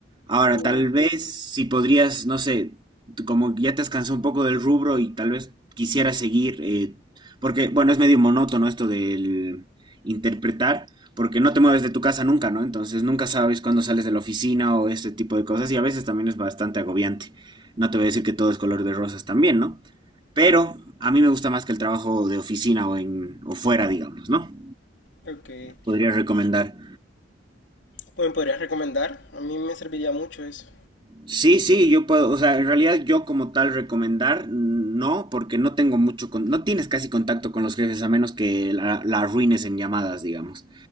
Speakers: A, on the right; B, on the left.
A: Ahora,
B: Mm.
A: tal vez si podrías, no sé, tú como ya te has cansado un poco del rubro y tal vez quisieras seguir, eh, porque, bueno, es medio monótono esto del interpretar, porque no te mueves de tu casa nunca, ¿no? Entonces nunca sabes cuándo sales de la oficina o este tipo de cosas y a veces también es bastante agobiante. No te voy a decir que todo es color de rosas también, ¿no? Pero a mí me gusta más que el trabajo de oficina o, en, o fuera, digamos, ¿no?
B: Ok.
A: Podría recomendar.
B: Pues, ¿Me podrías recomendar? A mí me serviría mucho eso.
A: Sí, sí, yo puedo, o sea, en realidad yo como tal recomendar, no, porque no tengo mucho, con- no tienes casi contacto con los jefes a menos que la, la arruines en llamadas, digamos.